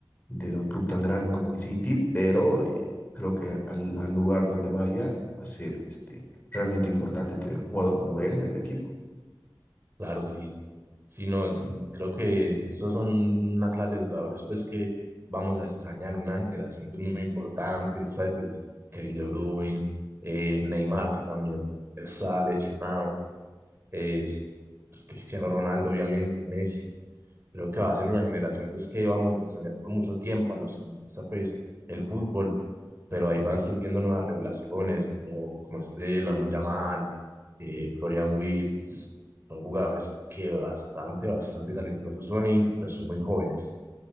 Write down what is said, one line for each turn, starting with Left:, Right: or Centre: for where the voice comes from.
Left: de un club tan grande como el City, pero eh, creo que al, al lugar donde vaya va a ser este, realmente importante tener un jugador como él en el equipo.
Right: Claro, sí. Sí, no, creo que estos son una clase de jugadores pues que vamos a extrañar, una generación pues muy importante, ¿sabe? Pues Kevin De Bruyne, eh, Neymar que también está lesionado, es pues, Cristiano Ronaldo, obviamente, Messi. Creo que va a ser una generación pues, que vamos a extrañar por mucho tiempo a los que nos gusta pues, el fútbol, pero ahí van surgiendo nuevas revelaciones, como, como este Lamine Yamal, eh, Florian Wirtz. Son jugadores que bastante, bastante talentosos son y pues son muy jóvenes.